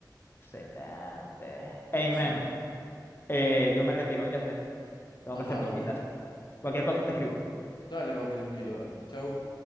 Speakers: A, on the left (about 30°); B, on the left (about 75°).
A: Excelente. Amen.
B: Excelente.
A: Eh, yo me retiro, ya esté. Tengo
B: Ajá,
A: que hacer cositas.
B: papi.
A: Cualquier cosa te escribo.
B: Dale, papi, tranquilo, dale. Chau.